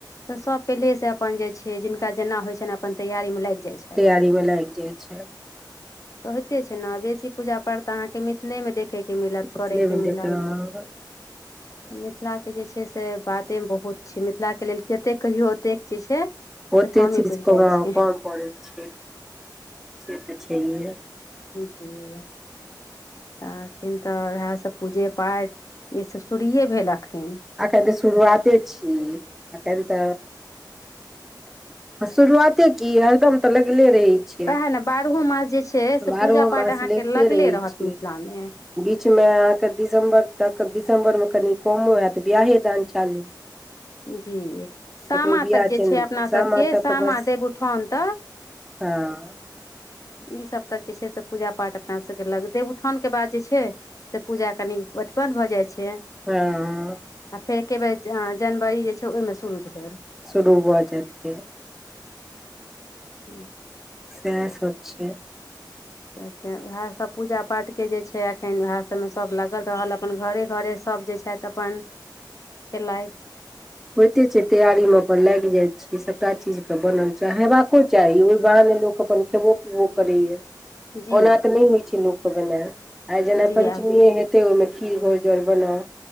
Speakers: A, on the left; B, in the centre.
A: तऽ सब पहिले से अपन जेय छै जिनका जेना होय छ ने अपने तैयारी मे लाग जाय छै
B: तैयारी मे लागि जाइ छै
A: तऽ होइते छै ने बेसी पूजा पाठ तऽ अहाँके मिथिलेमे देख देखेके मिलत
B: एतबे
A: करे के
B: मे
A: मिलत
B: देख बहुते
A: तऽ मिथिलाके जे छै से बातेमे बहुत छै मिथिलाके लेल कतेक कहियौ ओतेक जे छै से
B: ओते
A: कमे
B: चीज
A: पड़ि जाइ
B: कम
A: छै
B: पड़ै छै से तऽ छैेहे
A: ठीके आ एखन तऽ इएह सभ पूजे पाठ ई सभ शुरुए भेले एखन
B: एखन तऽ शुरुआते छी एखन तऽ शुरुआते की हरदम तऽ लगले रहै छियै
A: वएह ने बारहो मास जे छै से
B: बारहो
A: पूजा पाठ
B: मास
A: अहाँके
B: लगिते
A: लगले
B: रहै
A: रहत
B: छियै
A: मिथिलामे
B: बीचमे अहाँके दिसम्बर तक दिसम्बरमे कनी कमो हैत बियाहे दान चालू
A: <inaudible> जी सामा
B: ककरो बियाह
A: तक जे
B: चलि
A: छै अपना
B: सामा
A: सबके
B: तक
A: सामा
B: बस
A: देब उठान तक
B: हँ
A: ईसभ तक जे छै से पूजा पाठ अपना सभके लग देव उठानके बाद जे छै से पूजा कनी उत्पन्न भऽ जाइ छै
B: हँ
A: आ फेर एके बेर जनवरी जे छै ओहिमे शुरू भेल
B: शुरू भऽ जाइतके
A: हूंम्म
B: सएह सब छै
A: उएह सभ पूजा पाठके जे छै अखन उएह सभमे सभ लागल रहल अपन घरे घरे सभ जे छथि अपन केलथि
B: होइते छै तैयारीमे अपन लागि जाइत छियै सभटा चीज तऽ बनल छै आ हेबाको चाही ओहि बहाने लोक अपन खेबो पीबो करैए
A: जी
B: ओना तऽ नहि होइ छै लोकके बनाय आइ जेना
A: जी
B: पञ्चमीए
A: आब
B: हेत के ओहिमे खीर घर जौर बनाउ